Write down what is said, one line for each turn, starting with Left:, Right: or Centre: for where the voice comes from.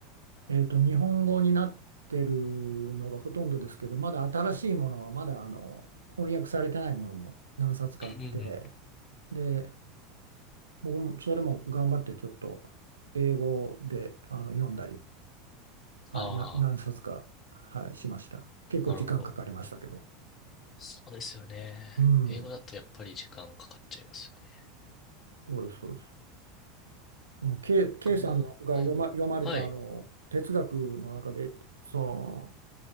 Right: えっと、日本語になってるのがほとんどですけど、まだ新しいものは、まだあの翻訳されてないものも何冊かあって、
Left: うんうんうん。
Right: で、僕もそれも頑張ってちょっと英語であの読んだり、はい、
Left: あ
Right: な、何冊か、はい、しました。結構時間かかりましたけど。
Left: あ、なるほど。そうですよね。
Right: うん、
Left: 英語だとやっぱり時間かかっちゃいますよね。
Right: そうです、そうです。その K、K
Left: 僕も、
Right: さんのが読ま、
Left: うん。
Right: 読まれたあの哲学の中で、
Left: はい。
Right: その、